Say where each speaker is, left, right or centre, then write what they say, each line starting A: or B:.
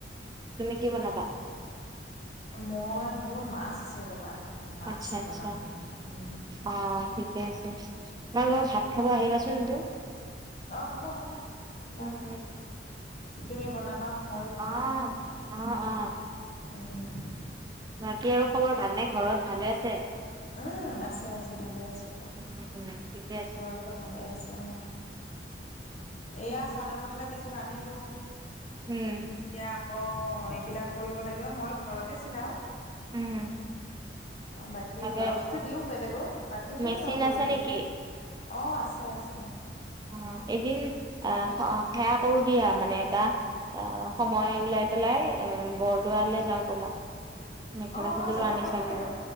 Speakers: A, on the right; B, on the left.
A: তুমি কি বনাবা
B: মই মোৰ মাছ আছে ৰবা। মই মাছ
A: আচ্ছা আচ্ছা
B: বনাম উম।
A: অ ঠিকে আছে আমাৰ ঘৰত ভাত খাব আহিবাচোন এদিন।
B: অঁ হ'ব হ'ব যাম
A: উম উম
B: তুমি বনাবা। ময়ো খাম
A: অ অ অ।
B: উম,
A: বাকী আৰু খবৰ ভাল নে ঘৰত ভালে আছে?
B: উম আছে আছে ভালে আছো দিয়া
A: উম উম, ঠিকে আছে
B: ঘৰত। ভালে আছে অ এয়া চাদৰ মেখেলা কেইযোৰ আনিলো।
A: উম
B: এতিয়া আকৌ এইবিলাক কৰিব লাগিব মই ঘৰতে চিলাও।
A: উম।
B: অ বাকী
A: ভালে
B: ব্লাউজটো দিওঁ বেলেগক বাকী খিনি
A: মেচিন
B: মই কৰি
A: আছে
B: দিওঁ।
A: নেকি
B: অঁ আছে আছে।
A: অ এদিন অ সেৱা কৰো দিয়া মানে এটা অ সময় উলাই পেলাই এ বৰদোৱালে যাওঁ বলা। মেখেলা
B: অ',
A: চাদৰো
B: অ', যাব
A: আনিচা
B: পাৰি বাৰু
A: বোলে।